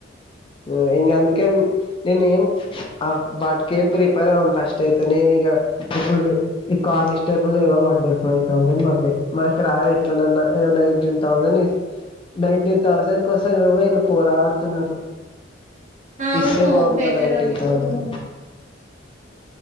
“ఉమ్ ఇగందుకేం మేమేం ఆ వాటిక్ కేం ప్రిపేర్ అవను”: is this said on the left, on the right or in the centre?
Left